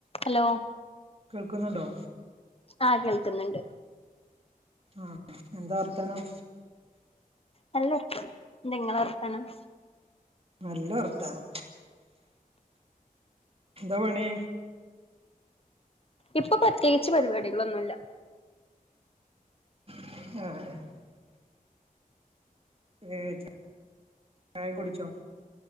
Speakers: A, on the left; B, on the right.
A: Hello
B: കേൾക്ക്ണ്ണ്ടോ
A: ആഹ കേൾക്ക് ന്ന്ണ്ട്
B: ആഹ് എന്താ വർത്തനം?
A: നല്ലർത്തം എന്തങ്ങളെ വർത്താനം
B: നല്ല വർത്താനം എന്താ പണി
A: ഇപ്പൊ പ്രത്യേകിച്ച് പരിപാടികളൊന്നുല്ല
B: അ ഏർ ചായ കുടിച്ചോ